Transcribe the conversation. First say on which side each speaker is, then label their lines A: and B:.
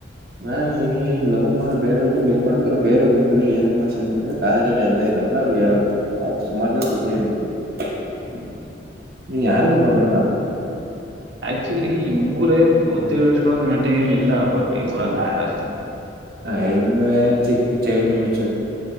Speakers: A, on the right (about 55°); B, on the right (about 80°).
A: ಹ ನೀಮ್ಮ್ ಹ್ಮ ಲವ್ ಮಾಡ್ ಬೇರೆ ಹುಡುಗನ ಲವ್ ಮಾಡಿದ್ರ ಬೇ ಹಡುಗ ಏನು ಸಮಸ್ಯೆ ಬಂತ್ರ ಕಾಲೇಜ ಅಲ್ಲಿ ಎಲ್ಲ ಇರವಲ್ಲ ಅಗ ಹೇಳುವ ಅಗ ಸುಮಾರ ಜನ ಬುದ್ಧಿ <unintelligible>
B: ಹೂಂ
A: ನೀನ್ ಯಾರಗ ಮರಬಡಣಾ
B: ಆಕ್ಚುಲಿ ಇವರೇ ಬುದ್ಧಿಗಳಿಸಕೊಳ್ಳ ಮಟ್ಟಿಗೆ ಏನ್ ಇಲ್ಲ ಬಟ್ಟ ಇವರ ಆಯರಸ್
A: ಹ ಇನ್ನು ಚಿಕ್ ಚೈಲ್ಡ್ ಮೆಚ್ಯೂರಿಟಿ